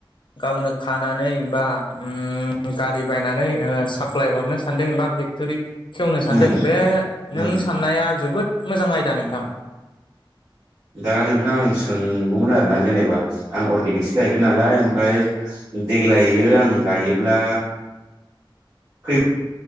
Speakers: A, on the left; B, on the right.
A: गावनो खानानै बा उम गारि बायनानै ओ साफ्लाय हरनो सानदों बा फेक्टरि खेवनो सानदों
B: उम
A: बे नों
B: उम
A: साननाया जोबोद मोजां आयदा नोंथां।
B: दा नोंथां आं सोंगौमोन आरोना जेनेबा आं अर्गेनिकसो गायगोन नालाय ओमफ्राय देग्लायो आं गायोब्ला फै